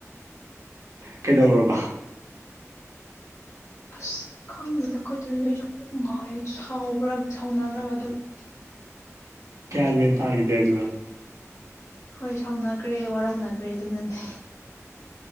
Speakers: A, on the right; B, on the left.
A: ꯀꯩꯗꯧꯔꯕ꯫
B: ꯁ ꯈꯪꯉꯦꯗ ꯀꯩꯗꯧꯔꯤꯅꯣ ꯑꯩꯁꯨ ꯀꯣꯛ ꯉꯥꯎꯋꯦ ꯑꯩ ꯁꯥꯎꯕꯔ ꯁꯥꯎꯅꯒꯔꯕ ꯑꯗꯨꯒꯤ꯫
A: ꯒꯤꯌꯟ ꯃꯦꯟ ꯇꯥꯒꯤꯗꯦ ꯍꯥꯏꯗꯨꯔ꯫
B: ꯍꯣꯏ ꯁꯥꯎꯅꯈ꯭ꯔꯦ ꯋꯥꯔꯧꯅꯈ꯭ꯔꯦ ꯑꯗꯨꯅꯅꯤ꯫